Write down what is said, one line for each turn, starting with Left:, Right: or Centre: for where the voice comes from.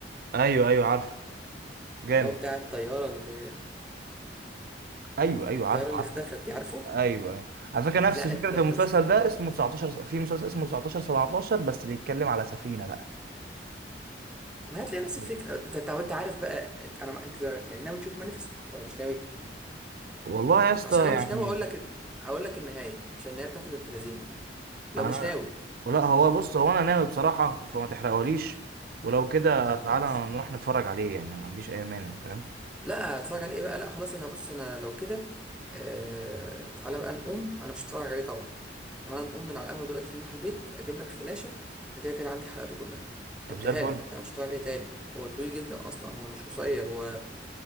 Right: ايوه ايوه عارفه جامد
Centre: ده هو بتاع الطياره اللي
Right: ايوه ايوه
Centre: الطياره
Right: عارفه
Centre: اللي
Right: عارفه
Centre: اختفت دي عارفه
Right: ايوه على فكره نفس
Centre: لا
Right: فكره
Centre: انت انت
Right: المسلسل
Centre: مش
Right: ده اسمه 19 س- في مسلسل اسمه 19 17 بس بيتكلم على سفينه بقى
Centre: ما هتلاقي
Right: يعني
Centre: نفس الفكره انت طب انت عارف بقى انت انا ما- انت يعني ناوي تشوف مانيفست ولا مش ناوي
Right: والله يا اسطى
Centre: عشان لو
Right: يعني
Centre: مش ناوي اقول لك اقول لك النهايه عشان النهايه بتاعته بنت لذينه لو
Right: انا
Centre: مش ناوي
Right: لا هو بص هو انا ناوي بصراحه فما تحرقهوليش ولو كده
Centre: لا
Right: تعالى
Centre: خلاص
Right: نروح نتفرج عليه يعني ما عنديش اي مانع فاهم
Centre: لا هتفرج عليه بقى لا خلاص انا بص انا لو كده آه... تعالى بقى نقوم انا مش هتفرج عليه طبعا تعالى نقوم من على القهوه دلوقتي نروح البيت اجيب لك فلاشه انا كده كده عندي حلقاته كلها
Right: طب
Centre: اديها
Right: زي الفل
Centre: لك انا مش هتفرج عليه تاني هو طويل جدا اصلا هو مش قصير هو